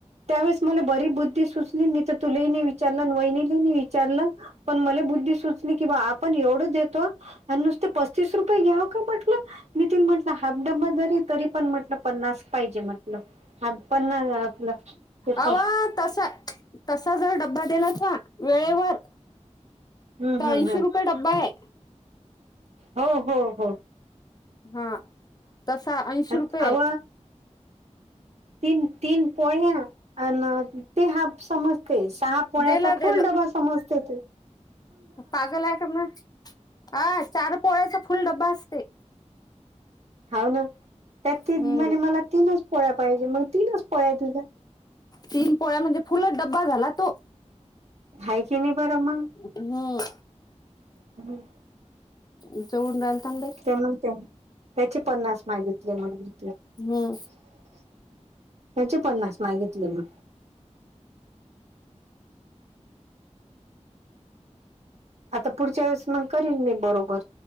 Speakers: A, on the right; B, on the left.
A: त्यावेळेस मला बरी बुद्धी सुचली मी, तर तुला ही नाही विचारलं वहिनीनी ला ही विचारलं. पण मला बुद्धी सुचली की बा, आपण एवढंच देतो. आणि नुसते, पस्तीस रुपये घ्याव का म्हटलं. मी त म्हटलं हाफ डब्बा जरी तरी पण म्हटलं पन्नास पाहिजे मगं हात पण नाही आपलं. ते
B: अवा तसा तसं जर, डब्बा दिला का वेळेवर.
A: हम्म
B: तर ऐंशी
A: हम्म हम्म.
B: रुपये डब्बा आहे.
A: हो हो हो.
B: हा. तसा ऐंशी
A: आ
B: रुपये
A: त आव. तीन तीन पोळ्या आणि ते हाप समजते सहा <unintelligible>
B: दिलं
A: फुल
B: दिलं
A: डबा समजतोय तु.
B: पागल आहे का, <unintelligible> अ चार पोळ्याचा फुल डबा असतंय.
A: हाव ना त्यात
B: हम्म
A: ती म्हणे, मला तीनच पोळ्या पाहिजे मग तीनच पोळ्या दिल्या.
B: तीन पोळ्या म्हणजे फुलच डब्बा झाला तो.
A: हाय की नाय बरं मग?
B: हम्म.
A: हम्म.
B: उंच उडू लागलं ना बाई.
A: ते म्हणते मग त्याचे पन्नास मागितले मग <unintelligible>
B: हम्म
A: त्याचे पन्नास मागितले मग. आता पुढच्या वेळेस मग करीन मी बरोबर,